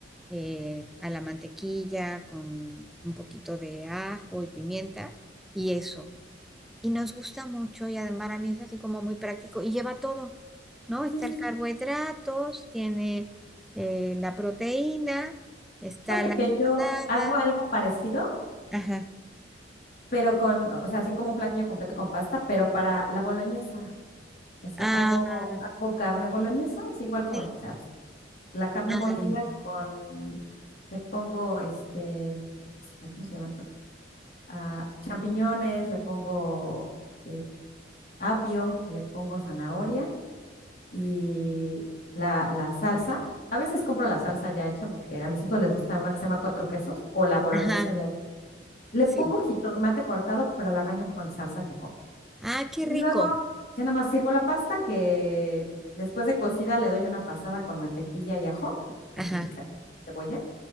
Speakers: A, in the centre; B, on the left.
A: eh, a la mantequilla con un poquito de ajo y pimienta y eso y nos gusta mucho y además para mí es así como muy práctico y lleva todo, ¿no? Está
B: Sí, sí,
A: el carbohidratos,
B: sí.
A: tiene eh, la proteína, está
B: Fíjate
A: la
B: que
A: ensalada,
B: yo hago algo parecido.
A: ajá,
B: pero con, o sea, así como un platillo completo con pasta, pero para la boloñesa. O sea,
A: ah,
B: hago, hago carne boloñesa, así igual como
A: sí,
B: es, o sea, la carne
A: ah,
B: molida con, le pongo este, ay, ¿cómo se llaman estos? Ah, champiñones, le pongo eh, apio, le pongo zanahoria y la, la salsa. A veces compro la salsa ya hecha porque a mis hijos les gusta una que se llama cuatro quesos o la boloñesa
A: ajá,
B: ya hecha. Le
A: sí,
B: pongo jitomate cortado, pero la baño con salsa que compro.
A: ah, qué
B: Y
A: rico,
B: luego ya nada más sirvo la pasta que después de cocida le doy una pasada con mantequilla y ajo,
A: ajá,
B: así picante, cebolla.